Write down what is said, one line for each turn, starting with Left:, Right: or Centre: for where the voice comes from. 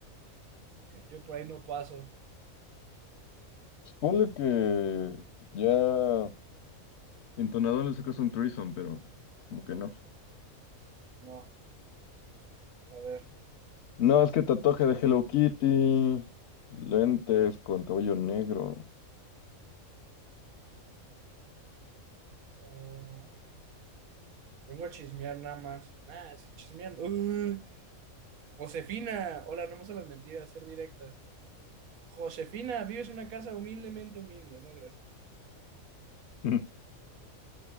Right: Yo por ahí no paso.
Left: Pues ponle que ya... Entonado le sacas un threesome, pero como que no.
Right: No, a ver.
Left: No, es que tatuaje de Hello Kitty, lentes con cabello negro.
Right: eh, vengo a chismear nada más. Nah, si chismean. ¡uh! Josefina, hola, no me gustan las mentiras, ser directa. Josefina, vives en una casa humildemente humilde, no, gracias.
Left: <laughs>